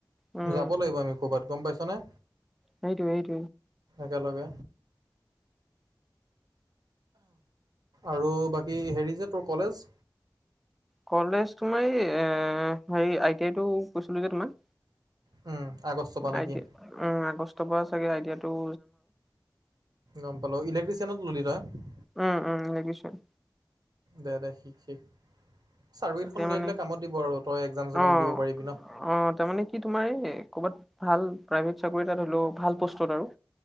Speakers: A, in the centre; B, on the right (about 60°).
A: উম
B: যাব লাগিব আমি ক'বাত গম পাইছ নে
A: নেইট এইেইট
B: একেলগে আৰু বাকী হেৰি যে তোৰ কলেজ
A: কলেজ তোমাৰ এই হেৰি আই টি আই টো কৈছিলো যে তোমাৰ
B: উম। আগষ্টৰ পৰা নেকি
A: আইয়া উ আগষ্টৰ পৰা চাগে আইডিয়াতটো
B: গম পালো ইলেক্ট্ৰিচিয়ানত ললি তই
A: উম, উম, লখিছয়
B: দে, শিক, শিক চাৰ্ফ এইটখন
A: তাকে
B: নি
A: মানে
B: দিলে কামত দিব আৰু তই একজাম
A: অ
B: চাম দিব পাৰিবি ন।
A: অ, তাৰমানানে কি তোমাৰ এই কৰ'বাত ভাল প্ৰাইভেট চাকৰিাত হলেও ভাল পষ্টত আৰু